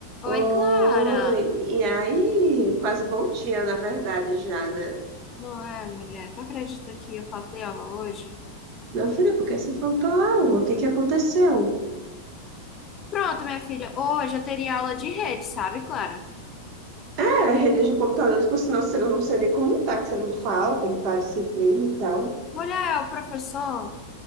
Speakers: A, on the right; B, on the left.
A: Oi,
B: Oi, Clara.
A: e aí? Quase bom dia, na verdade, já, né?
B: Não é, mulher? Tu acredita que eu faltei aula hoje?
A: Meu filho, por que você faltou a aula? O que que aconteceu?
B: Pronto, minha filha. Hoje eu teria aula de rede, sabe, Clara?
A: É, a rede de computadores, por sinal, eu não sei nem como tá, que você não fala, como tá a disciplina e tal.
B: Mulher, é o professor,